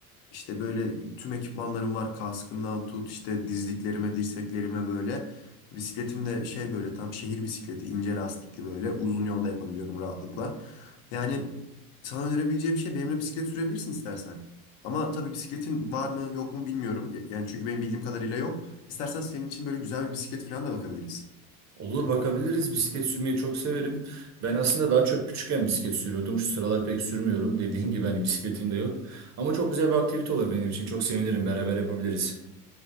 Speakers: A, on the left; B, on the right.
A: işte böyle tüm ekipmanlarım var. Kaskından tut işte dizliklerime, dirseklerime böyle. Bisikletim de şey böyle tam şehir bisikleti ince lastikli böyle. Uzun yolda yapabiliyorum rahatlıkla. Yani sana önerebileceğim şey benimle bisiklet sürebilirsin istersen. Ama tabii bisikletin var mı yok mu bilmiyorum. Yani çünkü benim bildiğim kadarıyla yok. İstersen senin için böyle güzel bir bisiklet falan da bakabiliriz.
B: Olur bakabiliriz. Bisiklet sürmeyi çok severim. Ben aslında daha çok küçükken bisiklet sürüyordum. Şu sıralar pek sürmüyorum. Dediğin gibi hani bisikletim de yok. Ama çok güzel bir aktivite olur benim için. Çok sevinirim. Beraber yapabiliriz.